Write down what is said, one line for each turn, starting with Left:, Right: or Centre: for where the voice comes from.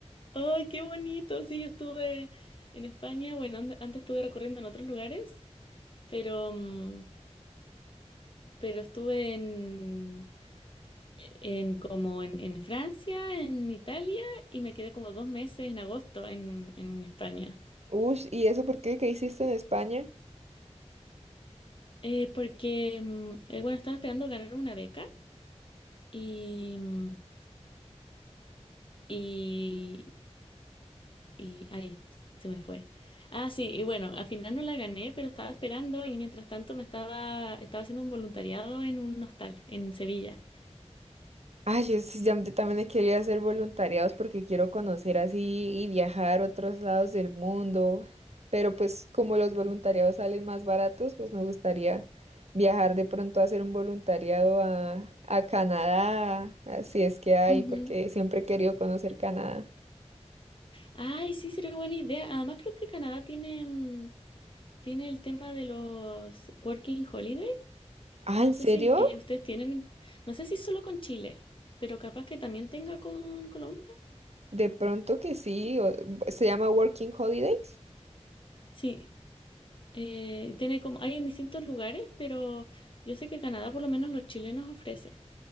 Left: ¡Ay, qué bonito! Sí, yo estuve en España, bueno, an- antes estuve recorriendo en otros lugares, pero, mm, pero estuve en, en como en, en Francia, en Italia, y me quedé como dos meses en agosto en, en España.
Right: Uy, ¿y eso por qué? ¿Qué hiciste en España?
Left: Eh, porque, mm, eh, bueno, estaba esperando ganar una beca y, mm, y Y ahí se me fue. Ah, sí, y bueno, al final no la gané, pero estaba esperando y mientras tanto me estaba, estaba haciendo un voluntariado en un hostal en Sevilla.
Right: Ay, yo, sí, ya- yo también he querido hacer voluntariados porque quiero conocer así y viajar a otros lados del mundo, pero pues como los voluntariados salen más baratos, pues me gustaría viajar de pronto a hacer un voluntariado a, a Canadá, así es que hay,
Left: Ujú.
Right: porque siempre he querido conocer Canadá.
Left: Ay, sí, sería buena idea. Además, creo que Canadá tiene, mm, tiene el tema de los Working Holiday.
Right: Ah,
Left: No
Right: ¿en
Left: sé
Right: serio?
Left: si eh, ustedes tienen, no sé si solo con Chile, pero capaz que también tenga con Colombia.
Right: De pronto que sí, o- se llama Working Holidays.
Left: Sí, eh, tiene como, hay en distintos lugares, pero yo sé que Canadá por lo menos los chilenos ofrece.